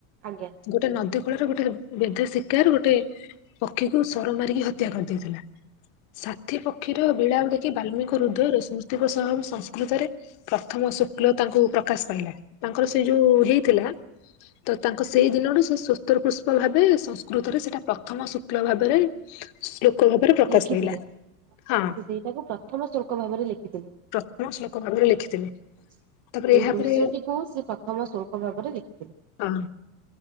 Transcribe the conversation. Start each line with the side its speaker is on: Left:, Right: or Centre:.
Right: ଆଜ୍ଞା।
Left: ଗୋଟେ ନଦୀ କୂଳରେ ଗୋଟେ ବେଧ୍ୟ ଶିକାର ଗୋଟେ ପକ୍ଷୀକୁ ସରମା ମାରିକି ହତ୍ୟା କରିଦେଇଥିଲା। ସାଥୀ ପକ୍ଷୀର ବିଳାପ ଦେଖି ବାଲ୍ମିକଙ୍କ ହୃଦୟ ରୋସ <unintelligible> ସଂସ୍କୃତରେ ପ୍ରଥମ ଶୁକ୍ଲ ତାଙ୍କୁ ପ୍ରକାଶ ପାଇଲା। ତାଙ୍କର ସେ ଯୋଉ ହେଇଥିଲା। ତ ତାଙ୍କ ସେଇ ଦିନଠୁ ସେ ସ୍ୱତର ପୁଷ୍ପ ଭାବେ ସଂସ୍କୃତରେ ସେଇଟା ପ୍ରଥମ ଶୁକ୍ଲ ଭାବରେ ଶ୍ଳୋକ ଭାବରେ ପ୍ରକାଶ
Right: ଲେଖିଥିଲେ।
Left: ପାଇଲା ହଁ
Right: ସେ ସେଇଟାକୁ ପ୍ରଥମ ଶ୍ଳୋକ ଭାବରେ ଲେଖିଥିଲେ।
Left: ପ୍ରଥମ ଶ୍ଳୋକ ଭାବରେ ଲେଖିଥିଲେ।
Right: ସେଇ
Left: ତାପରେ ଏହାପରେ
Right: ଦୃଶ୍ୟଟିକୁ ସେ ପ୍ରଥମ ଶ୍ଳୋକ ଭାବରେ ଲେଖିଥିଲେ।
Left: ହଁ